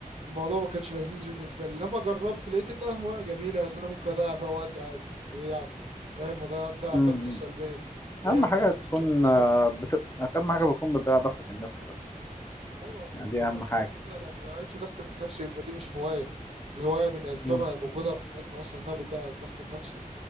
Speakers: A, on the right (about 50°); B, on the left (about 20°).
A: الموضوع ما كانش لذيذ بالنسبة لي لما جربت لقيت إنها هواية جميلة إن أنا ممكن أضيع فيها وقت عادي إيه يعني فاهم وده ده
B: امم
A: طاقتي السلبية إيه
B: اهم
A: يعني
B: حاجة
A: لما
B: تكون
A: كنت-
B: آه،
A: فاهم
B: بت... اهم حاجة بتكون بتضيع ضغطك النفسي بس
A: أيوه أكيد
B: يعني دي
A: طبعا
B: اهم حاجة
A: الدنيا لو ما ضيعتش ضغطك النفسي يبقى دي مش هواية الهواية من أسبابها
B: امم
A: وجودها في حياتنا أصلا إنها بتضيع الضغط النفسي